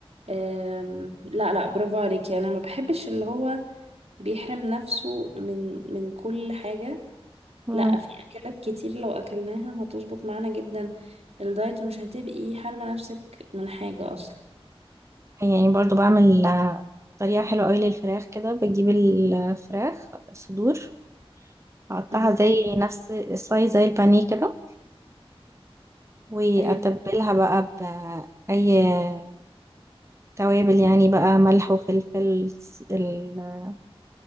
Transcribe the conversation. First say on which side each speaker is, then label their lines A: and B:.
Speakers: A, on the right; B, on the right.
A: أم لا لا برافو عليكي انا ما بحبش اللي هو بيحرم نفسه من من كل حاجة
B: مم.
A: لا في اكلات كتير لو اكلناها هتظبط معانا جدا الدايت مش هتبقي حارمة نفسك من حاجة اصلا
B: يعني برضه بعمل آه، طريقة حلوة أوي للفراخ كده بجيب الفراخ صدور أقطعها
A: مهم.
B: زي نفس السايز زي البانيه كده واتبلها
A: ايوه
B: بقى باي توابل يعني بقى ملح وفلفل س- التوم